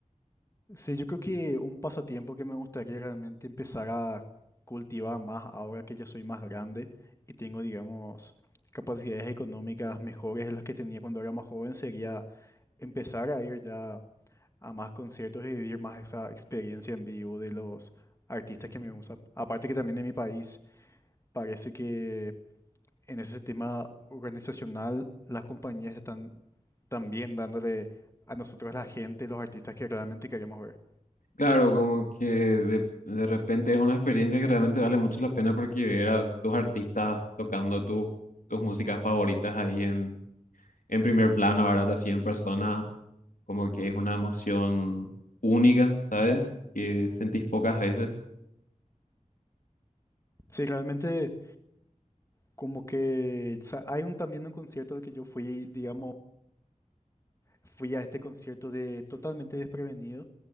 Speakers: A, on the left; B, on the left.
A: Sí, yo creo que un pasatiempo que me gustaría realmente empezar a cultivar más ahora que ya soy más grande y tengo, digamos, capacidades económicas mejores de las que tenía cuando era más joven sería empezar a ir ya a más conciertos y vivir más esa experiencia en vivo de los artistas que me gustan. Aparte que también en mi país parece que en ese tema organizacional las compañías están también dándole a nosotros, la gente, los artistas que realmente queremos ver.
B: Claro, como que de, de repente es una experiencia que realmente vale mucho la pena porque ver a tus artistas tocando tu- tus músicas favoritas ahí en, en primer plano, ¿verdad? Así en persona, como que es una emoción única, ¿sabes? Que sentís pocas veces.
A: Sí, realmente como que sa- hay un, también un concierto al que yo fui, digamos, fui a este concierto de totalmente desprevenido